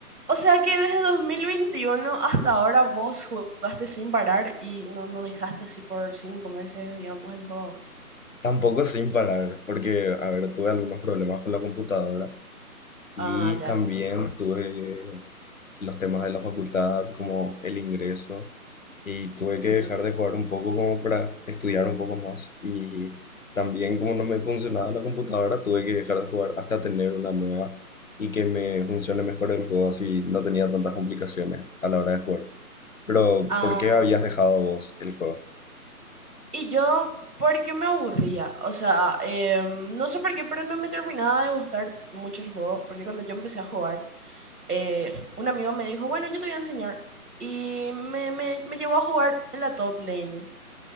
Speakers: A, on the right; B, on the left.
A: O sea que desde 2021 hasta ahora vos jugaste sin parar y no, no dejaste así por cinco meses, digamos, el juego.
B: Tampoco sin parar, porque, a ver, tuve algunos problemas con la computadora y
A: Ah, ya,
B: también
A: ya.
B: tuve los temas de la facultad, como el ingreso. y tuve que
A: Ujú.
B: dejar de jugar un poco como para estudiar un poco más. Y también como no me funcionaba la computadora, tuve que dejar de jugar hasta tener una nueva y que me funcione mejor el juego, así no tenía tantas complicaciones a la hora de jugar. Pero,
A: Ah,
B: ¿por qué habías dejado vos el juego?
A: Y yo, porque me aburría, o sea, em, no sé por qué, pero no me terminaba de gustar mucho el juego, porque cuando yo empecé a jugar, eh, un amigo me dijo, bueno, yo te voy a enseñar. Y me, me, me llevó a jugar en la top lane.